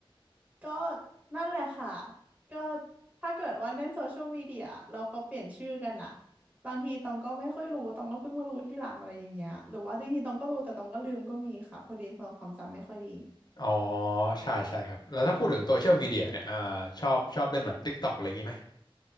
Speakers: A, on the right (about 15°); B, on the left (about 50°).
A: ก็นั่นแหละค่ะก็ถ้าเกิดว่าเล่นโซเชียลมีเดียเราเขาเปลี่ยนชื่อกันอะบางทีตองก็ไม่ค่อยรู้ตองก็เพิ่งมารู้ที่หลังอะไรอย่างเงี้ยหรือว่าจริงๆตองก็รู้แต่ตองก็ลืมก็มีค่ะพอดีพอตองความจำไม่ค่อยดี
B: อ๋อใช่ใช่ครับแล้วถ้าพูดถึงโซเชียลมีเดียเนี่ยอ่าชอบชอบเล่นแบบ TikTok อะไรอย่างนี้ไหม